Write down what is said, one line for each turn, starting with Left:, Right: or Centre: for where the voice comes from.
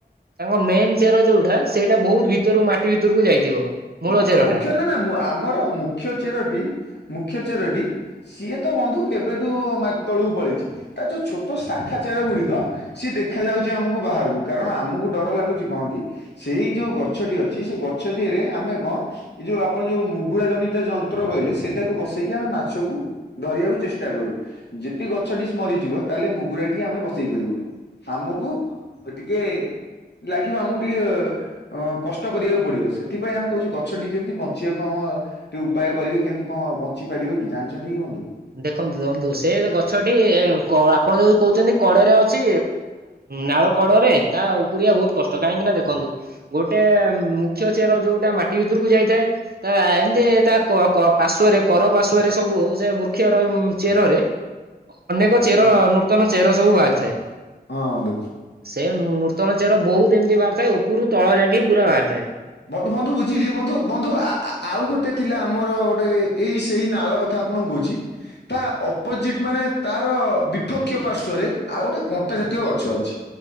Right: ତାଙ୍କ ମେନ୍ ଚେର ଯୋଉଟା ସେଇଟା ବୋହୁତ ଭିତରୁ ମାଟି ଭିତରୁକୁ ଯାଇଥିବ। ମୂଳ
Left: ହଁ
Right: ଚେରଟା
Left: ମୁଖ୍ୟ ନାଁ ନାଁ ମୁ ଆମର ମୁଖ୍ୟ ଚେରଟି ମୁଖ୍ୟ ଚେରଟି ସିଏ ତ ବନ୍ଧୁ କେବେଠୁ ମା ତଳକୁ ପଳେଇଛି, ତା ଯୋଉ ଛୋଟ ଶାଖା ଚେର ଗୁଡିକ ସିଏ ଦେଖାଯାଉଛି ଆମକୁ ବାହାରକୁ, କାରଣ ଆମକୁ ଡର ଲାଗୁଛି କଣ କି -ସେଇ ଯୋଉ ଗଛଟି ଅଛି ସେ ଗଛ ଦିହରେ ଆମେ କଣ, ଏ ଯୋଉ ଆପଣ ଯୋଉ ମୁଗୁରା ଜନିତ ଯନ୍ତ୍ର କହିଲେ, ସେଇଟାକୁ ବସେଇକି ଆମେ ମାଛକୁ କରିବାକୁ ଚେଷ୍ଟା କରୁ, ଯେତି ଗଛ ମରିଯିବ, ତାହେଲେ ମୁଗୁରା ଟିକେ ଆମେ ବସେଇ ପାରିବୁନୁ। ଆମକୁ ଟିକେ ଲାଗିବ ଆମକୁ ଟିକେ ଅ କଷ୍ଟ କରିବାକୁ ପଡିବ, ସେ <unintelligible>
Right: ଦେଖନ୍ତୁ ଦେଖନ୍ତୁ ସେ ଗଛଟି ଆପଣ ଯୋଉ କହୁଛନ୍ତି, କଡରେ ଅଛି ନାଳ କଡରେ ତା ଉପରିଆ ବହୁତ କଷ୍ଟ, କାହିଁକି ନା ଦେଖନ୍ତୁ ଗୋଟେ ମୁଖ୍ୟ ଚେର ଯୋଉଟା ମାଟି ଭିତରକୁ ଯାଇଥାଏ ତା ଏମିତି ତା ପାଶ୍ଵରେ କର ପାଶ୍ଵରେ ସବୁ ସେ ବୃ ବୃକ୍ଷର ଚେରରେ, ଅନେକ ଚେର
Left: ହଁ
Right: ନୂତନ ଚେର ସବୁ ବାହାରିଥାଏ।
Left: ହଁ ବନ୍ଧୁ
Right: ସେ ନୂତନ ଚେର ବହୁତ ଏମିତି ବାହାରିଥାଏ, ଉପରୁ ତଳ ଯାକେ ପୁରା ବାହାରି
Left: ବନ୍ଧୁ, ବନ୍ଧୁ ବୁଝିଲି, ବନ୍ଧୁ, ବନ୍ଧୁ, ଆଉ ଗୋଟେ ଥିଲା ଆମର ଗୋଟେ ଏଇ ସେଇ ନାଳ କଥା ଆପଣଙ୍କୁ କହୁଛି, ତା ଅପୋଜିଟ୍ ମାନେ ତାର ବିପକ୍ଷ ପାର୍ଶ୍ଵ ରେ ଆଉ ଗୋଟେ କଣ୍ଟା ଜାତୀୟ ଗଛ ଅଛି।